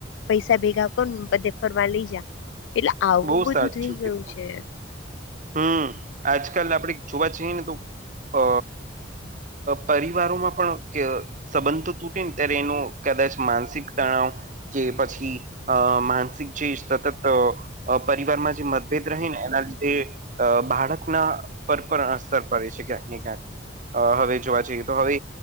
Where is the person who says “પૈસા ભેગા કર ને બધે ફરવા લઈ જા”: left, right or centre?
Left